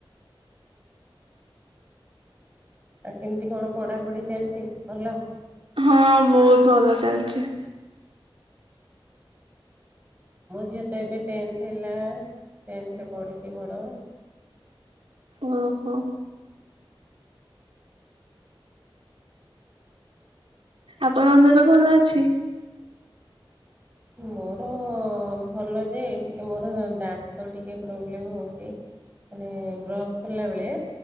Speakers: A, on the right; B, on the right.
A: ଆଉ କେମିତି କଣ ପଢାପଢି ଚାଲିଛି? ଭଲ
B: ହଁ ବହୁତ ଭଲ ଚାଲିଛି।
A: ମୋ ଝିଅ ତ ଏବେ ଟେନ୍ଥ ହେଲା ଟେନ୍ଥରେ ପଢ଼ୁଚି ବଡ଼।
B: ହଁ ହ। ଆପଣଙ୍କ ଦେହ ପା ଭଲ ଅଛି?
A: ମୋର ଭଲ ଯେ ଟିକେ ମୋର ଦାନ୍ତ ଟିକେ ପ୍ରୋବ୍ଲେମ୍ ହୋଉଛି। ମାନେ ବ୍ରସ୍ କଲା ବେଳେ